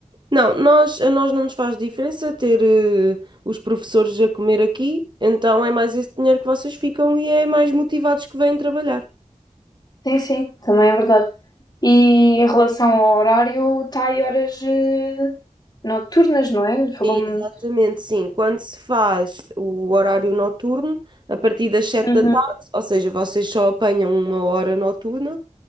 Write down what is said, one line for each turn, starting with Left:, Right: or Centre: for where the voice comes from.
Right: Não, nós, a nós não nos faz diferença ter eh, os professores a comer aqui, então é mais esse dinheiro que vocês ficam e é mais motivados que vêm trabalhar.
Left: Sim, sim, também é verdade. E em relação ao horário, está aí horas eh, noturnas, não é? Falou-me.
Right: Sim, exatamente, sim. Quando se faz o horário noturno, a partir das sete
Left: Uhum.
Right: da tarde, ou seja, vocês só apanham uma hora noturna,